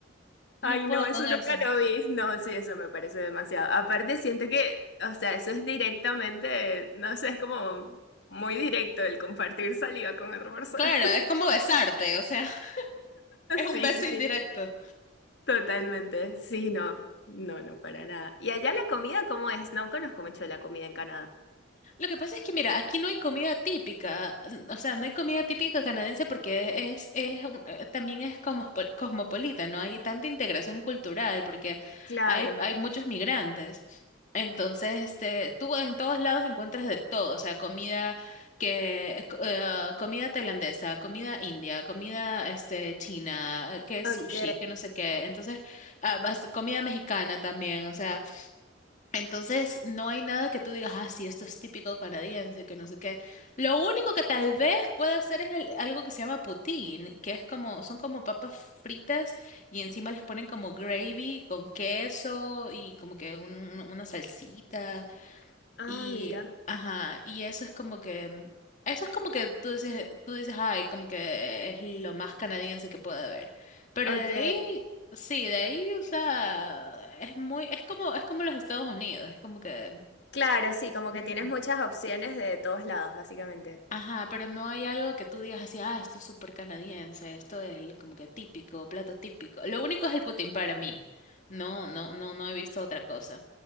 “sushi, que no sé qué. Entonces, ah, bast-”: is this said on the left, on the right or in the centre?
Left